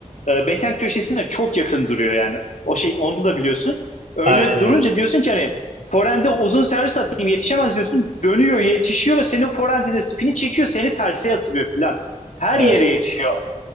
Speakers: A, on the left (about 65°); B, on the right (about 70°).
A: e, backhand köşesine çok yakın duruyor yani. O şey onu da biliyorsun. Öyle
B: aynen öyle.
A: durunca diyorsun ki hani forende uzun servis atayım yetişemez diyorsun. Dönüyor yetişiyor. Senin forendine spini çekiyor. Seni terse yatırıyor filan. Her
B: Evet.
A: yere yetişiyor.